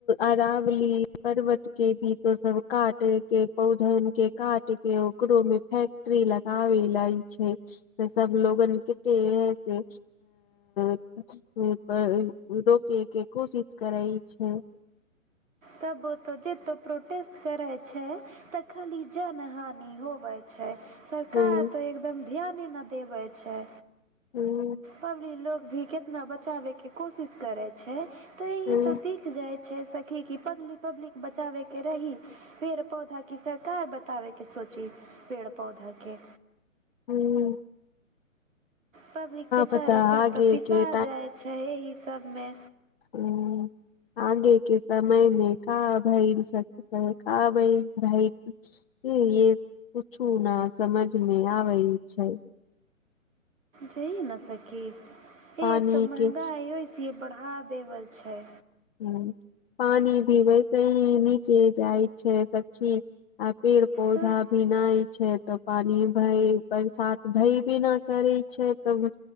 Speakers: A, on the left (about 40°); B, on the right (about 65°).
A: अरावली पर्वतके भी तो सब काटैके पौधनके काट ओकरोमे फैक्ट्री लगाबे लेल छै तऽ सब लोगन कते <unintelligible> दे ओ तऽ रोकैके कोशिश करै छै
B: तब जेतो प्रोटेस्ट करै छै त ई जनहानि होबै छै सरकार
A: हँ
B: तो एकदम ध्यान ने देबै छै
A: हँ
B: पब्लिक लोग भी के अपना बचाबेके कोशिश करै छै तऽ एही
A: हँ
B: तऽ दिख जाए छै सखी की पब्लिक पब्लिक बचाबेके रही? पेड़ पौधा कि सरकार बताबेके सोची पेड़ पौधाके
A: हूँ।
B: पब्लिक बेचारा
A: पता
B: सभ
A: आगे
B: त पिसा
A: के
B: जाइ छै ई सभमे
A: हू। आगेके समयमे का भइल सखी का भईल रहे। ई कुछू न समझमे आबे छै।
B: जइए ने सखी
A: पानी
B: एक तऽ महँगाई
A: के
B: एसये बढ़ा देने छै।
A: ह पानी भी वैसे ही नीचे जाए छै, सखी आब पेड़ पौधा।
B: तऽ
A: पिनाइ छै, तऽ पानि भई बरसात भई भीना करै छै, तऽ